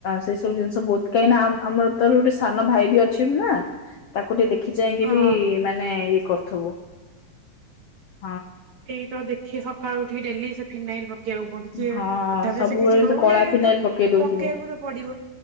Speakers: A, on the left; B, on the right.
A: ସେଇ ସବୁ ଜିନିଷ ବହୁତ କାହିଁକି ନା ଆମର ତୋର ଗୋଟେ ସାନ ଭାଇ ବି ଅଛି। ନା ତାକୁ ଟିକେ ଦେଖି ଚାହିଁକି
B: ହଁ
A: ବି ମାନେ ଇଏ କରୁଥିବୁ। <inaudible>
B: ସେଇ ତ ଦେଖି ସକାଳୁ ଉଠିକି ଡେଲି ସେ ଫିନାଇଲ କିଆଉ ପଡୁଛି
A: ହଁ
B: ତଥାପିରେ
A: ସବୁବେଳେ
B: ସେ କିଛି ହଉନି
A: କଳା
B: କିନ୍ତୁ
A: ଫିନାଇଲ ପକେଇ ଦଉଥିବୁ।
B: ପକେଇବାକୁ ତ ପଡିବ।